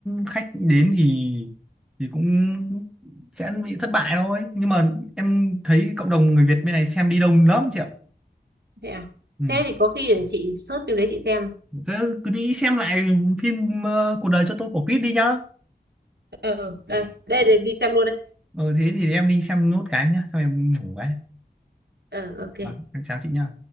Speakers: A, in the centre; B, on the right.
A: khách đến thì thì cũng sẽ bị thất bại thôi nhưng mà em thấy cộng đồng người Việt bên này xem đi đông lắm chị ạ
B: thế à
A: ừ.
B: thế thì có khi để chị search phim đấy chị xem
A: Thế cứ đi xem lại phim ờ, cuộc đời cho tôi quả quýt đi nhá
B: ừ đây đây để đi xem luôn đây
A: ừ thế thì em đi xem nốt cái nhá xong em ngủ cái
B: ờ ok
A: vâng em chào chị nhá